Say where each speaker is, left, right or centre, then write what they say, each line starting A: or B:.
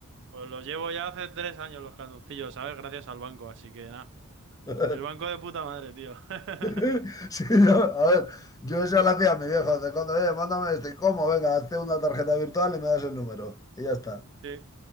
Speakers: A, on the right (about 55°); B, on the left (about 15°).
A: pues los llevo ya hace tres años los calzoncillos, ¿sabes? Gracias al banco, así que nada.
B: <laughs>
A: El banco de puta madre, tío. <laughs>
B: <laughs> Sí, no, a ver, yo eso lo hacía a mi viejo, de cuando, oye, mándame esto, ¿y cómo? Venga, hazte una tarjeta virtual y me das el número. Y ya está,
A: Sí.